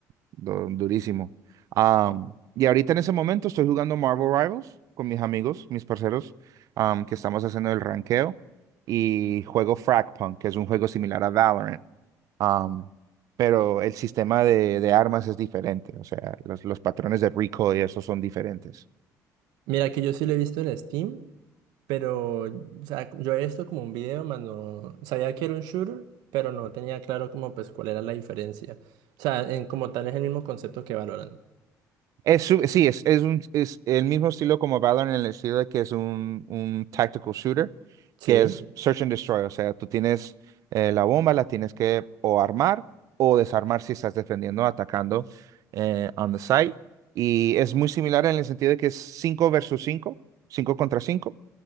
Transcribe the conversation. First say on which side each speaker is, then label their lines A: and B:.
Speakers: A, on the right; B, on the right.
A: du- durísimo. Am, y ahorita en ese momento estoy jugando Marvel Rivals con mis amigos, mis parceros, am, que estamos haciendo el ranqueo. Y juego Fragpunk, que es un juego similar a Valorant Am, pero el sistema de, de armas es diferente, o sea, los, los patrones de recoil y eso son diferentes.
B: Mira que yo sí lo he visto en Steam, pero o sea, yo he visto como un video, más no sabía que era un shooter, pero no tenía claro como pues cuál era la diferencia. O sea, en como tal es el mismo concepto que Valorant.
A: Es, su- sí, es, es, un, es el mismo estilo como Valorant en el estilo de que es un, un tactical shooter,
B: Sí,
A: que es search and destroy, o sea, tú tienes eh, la bomba, la tienes que o armar o desarmar si estás defendiendo, atacando eh, on the site. Y es muy similar en el sentido de que es 5 versus 5, 5 contra cinco